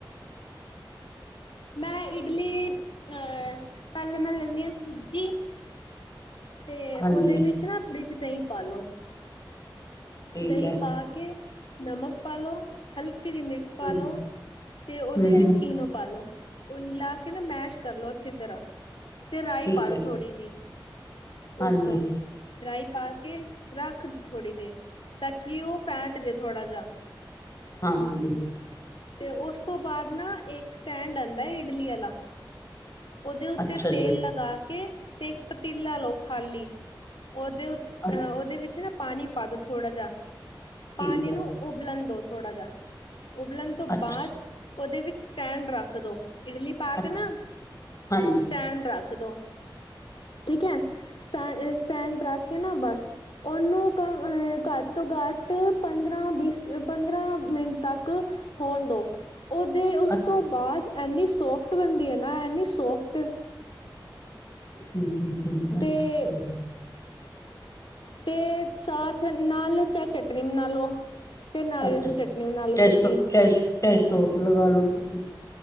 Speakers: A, on the left; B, on the left.
A: ਮੈਂ ਇਡਲੀ ਅਹ ਪਹਿਲੇ ਮੈਂ ਲੈਂਦੀ ਹਾਂ ਸੂਜੀ। ਤੇ
B: ਹਾਂਜੀ
A: ਉਹਦੇ ਵਿੱਚ ਨਾ ਥੋੜ੍ਹੀ ਜਿਹੀ ਦਹੀਂ ਪਾਲੋ
B: ਠੀਕ
A: ਦਹੀਂ
B: ਹੈ
A: ਪਾ ਕੇ ਨਮਕ ਪਾ ਲੋ, ਹਲਕੀ ਦੀ ਮਿਰਚ ਪਾ
B: ਹਮ
A: ਲੋ, ਤੇ ਉਹਦੇ
B: ਹਮ
A: ਵਿੱਚ ਈਨੋ ਪਾ ਲੋ। ਉਹੀ ਲਾ ਕੇ ਨਾ ਮੈਸ਼ ਕਰਲੋ ਅੱਛੀ ਤਰ੍ਹਾਂ। ਤੇ ਰਾਈ
B: ਠੀਕ
A: ਪਾ ਦੋ
B: ਹੈ
A: ਥੋੜ੍ਹੀ ਜਿਹੀ
B: ਹਾਂਜੀ।
A: ਉੱਤੋਂ ਰਾਈ ਪਾ ਕੇ ਰੱਖ ਤੂ ਥੋੜ੍ਹੀ ਦੇਰ ਤਾਂ ਕਿ ਉਹ ਫੈਟ ਜੇ ਥੋੜ੍ਹਾ ਜਿਆ
B: ਹਾਂਜੀ
A: ਤੇ ਉਸ ਤੋਂ ਬਾਅਦ ਨਾ ਇੱਕ ਸਟੈਂਡ ਆਂਦਾ ਐ ਇਡਲੀ ਵਾਲਾ ਉਹਦੇ ਉੱਤੇ
B: ਅੱਛਾ
A: ਤੇਲ
B: ਜੀ
A: ਲਗਾ ਕੇ, ਤੇ ਇੱਕ ਪਤੀਲਾ ਲਓ ਖਾਲੀ, ਉਹਦੇ ਅਹ
B: ਅ
A: ਉਹਦੇ ਵਿੱਚ ਨਾ ਪਾਣੀ, ਪਾਦੋ ਥੋੜਾ ਜਿਹਾ, ਪਾਣੀ
B: ਠੀਕ ਹੈ
A: ਨੂੰ ਉਬਲ ਦੋ, ਥੋੜਾ ਜਾ, ਉਬਲਣ ਤੋਂ
B: ਅੱਛਾ
A: ਬਾਅਦ ਉਹਦੇ ਵਿੱਚ ਸਟੈਂਡ ਰੱਖ ਦਿਉ ਇਡਲੀ ਪਾ ਕੇ
B: ਅੱਛਾ
A: ਨਾ
B: ਹਾਂਜੀ
A: ਸਟੈਂਡ ਰੱਖ। ਇੱਕਦੋਂ, ਠੀਕ ਹੈ, ਸਟ ਸਟੈਂਡ ਰੱਖ ਕੇ ਨਾ ਬਸ ਉਹਨੂੰ ਕ ਘੱਟ ਤੋਂ ਘੱਟ, ਪੰਦਰਾਂ ਬਸ ਪੰਦਰਾਂ ਮਿੰਟ ਤੱਕ ਹੋਣ ਦੋ, ਉਹਦੇ ਉਸ
B: ਅੱ
A: ਤੋਂ ਬਾਅਦ, ਇੰਨੀ ਸੋਫਟ ਬਣਦੀ ਹੈ ਨਾ ਇੰਨੀ ਸੋਫਟ, ਟ,
B: ਹੂੰ ਹੂੰ ਹਮ
A: ਤੇ
B: ਅੱਛਾ
A: ਤੇ ਸਾਥ ਨਾਲ ਚਾਹੇ ਚਟਨੀ ਬਣਾ ਲਓ ਚਾਹੇ ਨਾਰੀਅਲ
B: ਅੱਛਾ
A: ਦੀ ਚਟਨੀ ਬਣਾ ਲੋ
B: ਚਾਹੇ
A: ਤੁਸੀਂ
B: ਸੋ ਚਾਹੇ ਚਾਹੇ ਸੌਸ ਲਗਾ ਲੋ ਤੁਸੀਂ